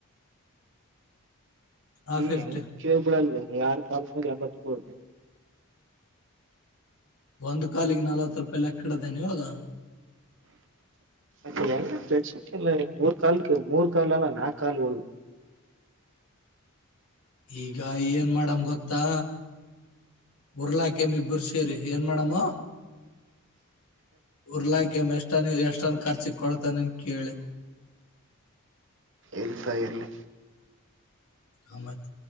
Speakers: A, on the left; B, on the right.
A: ಆ ಫಿಫ್ಟಿ
B: ಹೆಂಗ ಕಬಳಲ್ಲ ಯಾರು ಪಾಲಂಬುದು
A: ಒಂದು ಕಾಲಿಗೆ ನಲ್ವತ್ತು ರೂಪಾಯಿ ಲಕ್ಕಡ್ದೇನೆ ಇವಾಗ
B: ಮತ್ತ ಎಲ್ಲ ಪ್ರಚಲ್ಲ ಮೂರು ಕಾಲಕ್ ಮೂರು ಕಾಲಲ್ಲ ನಾಕಾಲ್ ಹೋಗ
A: ಈಗ ಏನ್ ಮಾಡಮ ಗೊತ್ತಾ ಉರ್ಲಾಕೆಮ ಇಬ್ಬರು ಸೇರಿ ಏನ್ ಮಾಡಮ್ಮ ಉರ್ಲ ಕೆ ಮಸ್ ಎಷ್ಟ ನೀ ಎಷ್ಟನ್ ಖರ್ಚಿ ಕೊಡ್ತಾನನ್ ಕೇಳಿ
B: ಎಲ್ತಾ ಇರ್ಲಿ
A: ಆ ಮತ್